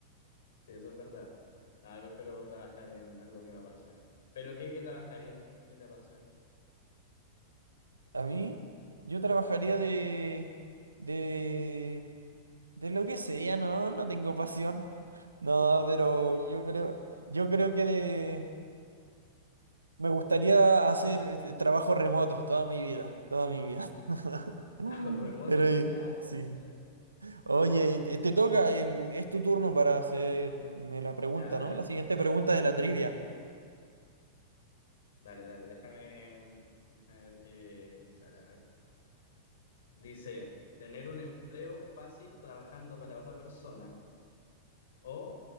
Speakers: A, on the left; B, on the right.
A: Sí, eso es verdad. No, yo prefiero trabajar en algo que me apasione. ¿Pero qué, qué trabajarías? ¿Qué te apasiona?
B: A mí, yo trabajaría
A: Sí.
B: de... De... De lo que sea, no, no tengo pasión. No, pero yo creo... Yo creo que de... Me gustaría hacer eh, trabajo remoto toda mi vida, toda mi vida.
A: <laughs>
B: <laughs>
A: Trabajo remoto.
B: Pero eh,
A: Ya, igual.
B: sí.
A: dale.
B: Oye, te te toca, em, es tu turno para hacerme la pregunta,
A: Ya, a ver.
B: ¿no? La siguiente pregunta
A: A
B: de
A: ver,
B: la
A: a
B: trivia.
A: ver, dale. Dale, dale, déjame, déjame ver qué, qué sale. A ver. Dice, tener un empleo fácil trabajando para otra persona o